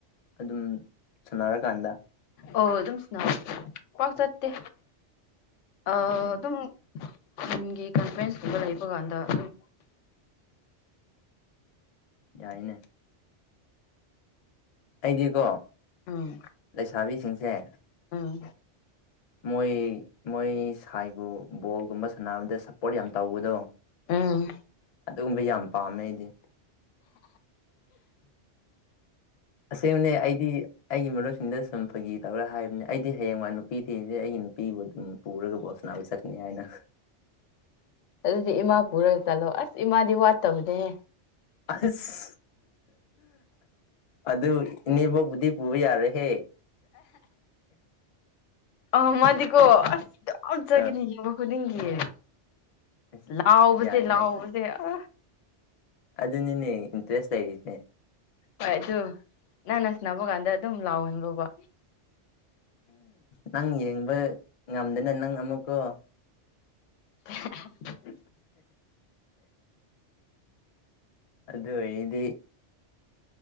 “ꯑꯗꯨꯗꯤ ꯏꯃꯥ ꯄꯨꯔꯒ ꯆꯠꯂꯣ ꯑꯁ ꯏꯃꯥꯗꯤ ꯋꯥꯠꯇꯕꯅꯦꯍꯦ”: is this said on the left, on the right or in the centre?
Left